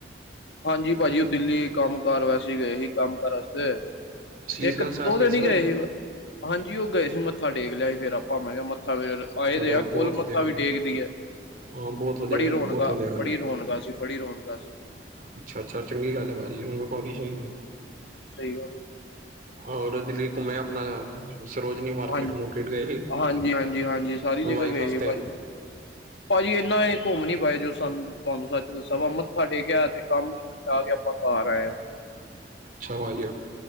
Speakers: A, on the left; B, on the right.
A: ਹਾਂਜੀ ਭਾਜੀ ਉਹ ਦਿੱਲੀ ਕੰਮ ਕਾਰ ਵੈਸੇ ਗਏ ਸੀ। ਕੰਮ ਕਾਰ ਵਾਸਤੇ
B: ਸੀਸਗੰਜ
A: ਇੱਕ
B: ਸਾਹਿਬ
A: ਦੋ ਦਿਨ ਹੀ
B: ਭਾਜੀ
A: ਗਏ ਸੀ ਵ ਹਾਂਜੀ ਉਹ ਗਏ ਸੀ, ਮੱਥਾ ਟੇਕ ਲਿਆ ਸੀ, ਫ਼ਿਰ ਆਪਾਂ ਮੈਂ ਕਿਹਾ ਮੱਥਾ ਫਿਰ ਆਏ
B: ਚਲੋ
A: ਦੇ ਆ ਕੋਲ
B: ਬਹੁਤ ਵਧੀਆ
A: ਮੱਖਾ
B: ਗੱਲ
A: ਵੀ ਟੇਕਦੀ ਹੈ।
B: ਹਾਂ ਬਹੁਤ ਵਧੀਆ
A: ਬੜੀ
B: ਗੱਲ
A: ਰੌਣਕ,
B: ਹੈ ਬਹੁਤ ਵਧੀਆ ਗੱਲ
A: ਬੜੀ
B: ਹੈ
A: ਰੌਣਕ ਸੀ, ਬੜੀ ਰੌਣਕ ਸੀ,
B: ਅੱਛਾ-ਅੱਛਾ ਚੰਗੀ ਗੱਲ ਹੈ, ਭਾਜੀ ਪਾਣੀ ਚਾਹੀਦੀ ਹੈ।
A: ਸਹੀ ਗੱਲ ਹੈ।
B: ਹੋਰ ਦਿੱਲੀ ਘੁੰਮਿਆ ਆਪਣਾ ਸਰੋਜਨੀ ਮਾਰਕੀਟ
A: ਹਾਂਜੀ
B: ਮੁਰਕੀਟ ਗਏ ਸੀ,
A: ਹਾਂਜੀ ਹਾਂਜੀ ਹਾਂਜੀ ਸਾਰੀ ਜਗ੍ਹਾ
B: ਵਾਈਫ
A: ਗਏ
B: ਆਸਤੇ
A: ਸੀ ਭਾਜੀ ਭਾਜੀ ਇਨਾ ਇਹ ਘੁੰਮ ਨੀ ਪਾਏ ਜੋ ਸਾਨੂੰ ਤੁਹਾਨੂੰ ਸੱਚ ਦੱਸ ਵਾ ਮੱਥਾ ਟੇਕਿਆ ਤੇ ਕੰਮ ਜਾ ਕੇ ਆਪਾਂ ਘਰ। ਆਏ ਹਾਂ
B: ਅੱਛਾ ਭਾਜੀ